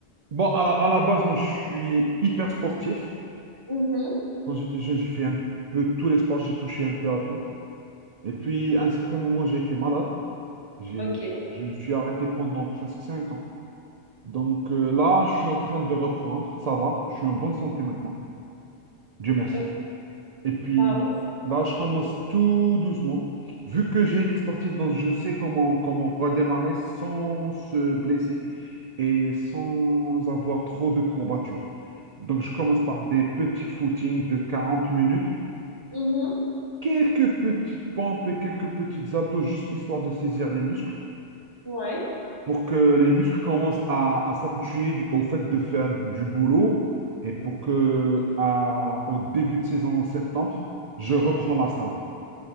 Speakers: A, on the right; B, on the left.
A: Bon, alors, à la base, moi, je suis hyper sportif.
B: Mhm.
A: Quand j'étais jeune, j'ai fait un peu tous les sports, j'ai touché un peu à tout. Et puis, à un certain moment, j'ai été malade. J'ai,
B: Ok.
A: je me suis arrêté pendant presque 5 ans. Donc, euh, là, je suis en train de reprendre. Ça va, je suis en bonne santé maintenant. Dieu merci.
B: Ok.
A: Et puis
B: Bah oui, je suis
A: là,
B: contente.
A: je commence tout doucement. Vu que j'ai été sportif, donc je sais comment, comment redémarrer sans se blesser et sans avoir trop de courbatures. Donc je commence par des petits footings de 40 minutes,
B: Mhm.
A: quelques petites pompes et quelques petites abdos, juste histoire de saisir les muscles,
B: Ouais,
A: pour que les muscles commencent à, à s'habituer du- au fait de faire du boulot et pour que à- au début de saison en septembre, je reprends la salle.